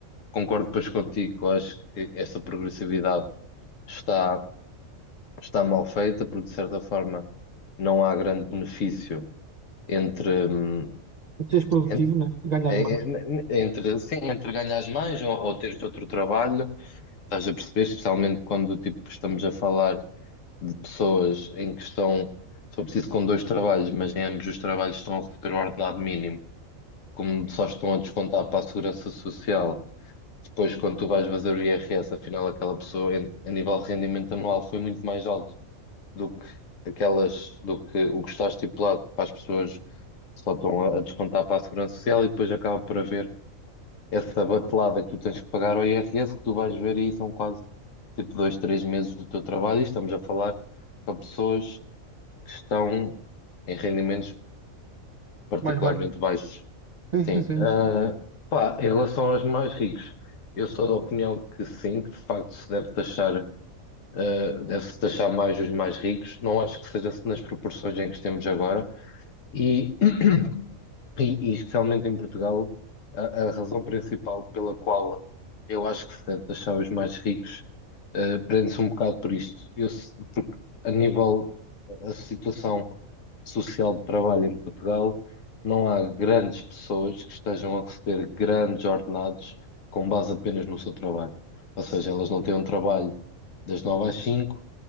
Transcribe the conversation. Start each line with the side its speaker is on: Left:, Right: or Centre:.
Left: Concordo depois contigo, eu acho que essa progressividade está. está mal feita, porque de certa forma não há grande benefício entre, hum,
Right: E seres produtivo,
Left: en-
Right: né? E ganhas
Left: en-
Right: mais.
Left: entre, sim, entre ganhares mais ou, ou teres outro trabalho. Estás a perceber, especialmente quando tipo, estamos a falar de pessoas em que estão, só preciso com dois trabalhos, mas em ambos os trabalhos estão a receber um ordenado mínimo, como só estão a descontar para a Segurança Social. Depois, quando tu vais fazer o IRS, afinal, aquela pessoa, em- a nível de rendimento anual, foi muito mais alto do que aquelas, do que o que está estipulado para as pessoas que só estão a, a descontar para a Segurança Social e depois acaba por haver essa batelada que tu tens que pagar ao IRS, que tu vais ver e são quase tipo dois, três meses do teu trabalho e estamos a falar para pessoas que estão em rendimentos particularmente
Right: Mais bem.
Left: baixos.
Right: Sim,
Left: Sim.
Right: sim,
Left: Ah,
Right: sim.
Left: pá, em relação aos mais ricos, eu sou da opinião que sim, que de facto se deve taxar Uh, deve-se taxar mais os mais ricos. Não acho que seja nas proporções em que estamos agora, e, <clears throat> e, e especialmente em Portugal, a, a razão principal pela qual eu acho que se deve taxar os mais ricos, eh, prende-se um bocado por isto. Eu, se- porque a nível, a situação social de trabalho em Portugal, não há grandes pessoas que estejam a receber grandes ordenados com base apenas no seu trabalho. Ou seja, elas não têm um trabalho das nove às cinco,